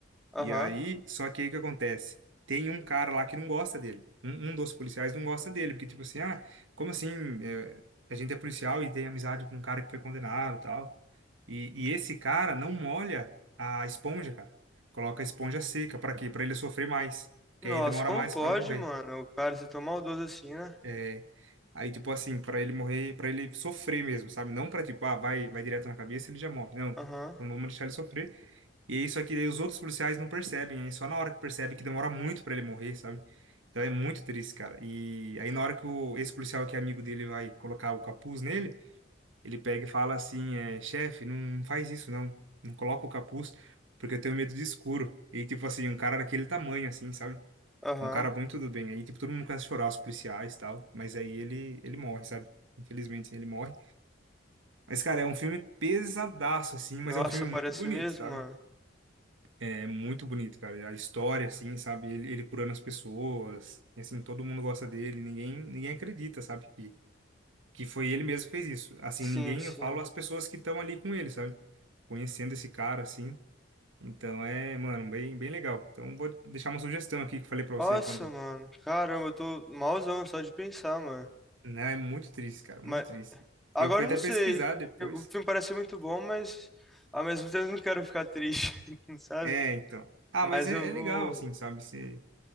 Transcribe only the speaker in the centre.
Aham.
Nossa,
como
pode,
mano? O cara se tomar o maldoso assim, né?
Aham.
Aham.
Nossa,
parece
mesmo,
mano.
Sim,
sim.
Nossa,
mano. Caramba, eu tô malzão só de pensar, mano.
Mas
agora
eu
não sei.
Eu- O filme parece ser muito bom, mas ao mesmo tempo eu não quero ficar triste, <laughs> sabe?
Mas
eu
vou,